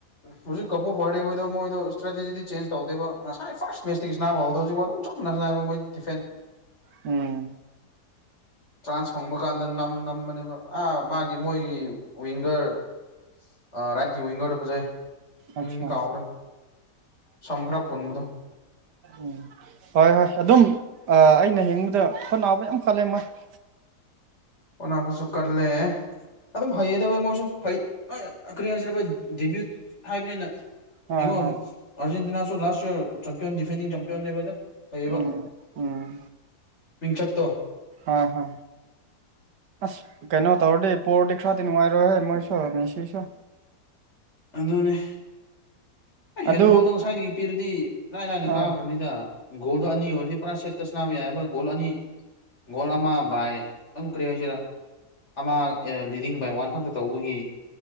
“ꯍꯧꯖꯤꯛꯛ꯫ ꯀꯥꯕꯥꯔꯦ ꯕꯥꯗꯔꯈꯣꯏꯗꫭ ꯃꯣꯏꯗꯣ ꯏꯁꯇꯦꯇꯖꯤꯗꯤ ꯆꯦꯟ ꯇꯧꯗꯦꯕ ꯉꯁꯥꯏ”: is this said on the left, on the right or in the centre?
Left